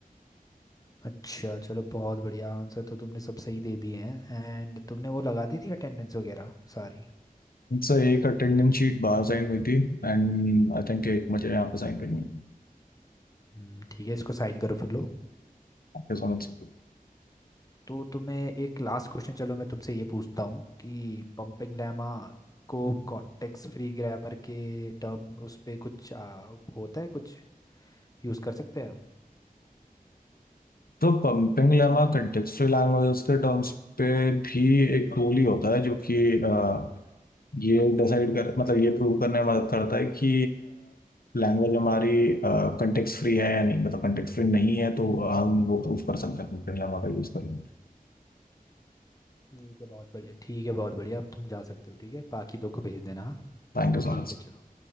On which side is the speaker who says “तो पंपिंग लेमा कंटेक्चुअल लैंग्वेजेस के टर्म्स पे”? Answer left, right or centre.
Left